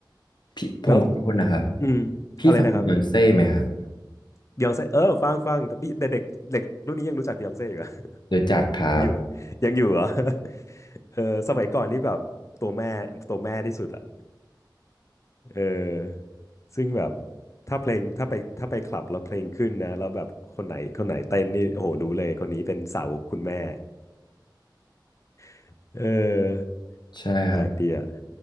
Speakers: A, on the left (about 65°); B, on the left (about 40°).
A: พี่ผมขอโทษนะครับ
B: แล้วอืมอะไรนะครับ
A: พี่ฟังบ e ยอนเซ่ไหมครับ
B: บ e y องเซ่เออฟังฟังแต่พี่แต่เด็กเด็กรุ่นนี้ยังรู้จักบ e y องเซ่อยู่เหรอ
A: รู้จักครับ
B: <laughs> ยังอยู่ยังอยู่เหรอ <laughs> เออสมัยก่อนนี่แบบตัวแม่ตัวแม่ที่สุดอะ เออซึ่งแบบถ้าเพลงถ้าไปถ้าไปคลับแล้วเพลงขึ้นนะแล้วแบบคนไหนคนไหนเต้นนี่โอ้โหรู้เลยคนนี้เป็นสาวกคุณแม่ <laughs> เออ
A: ใช่ครับ
B: แปลกดีอ่ะ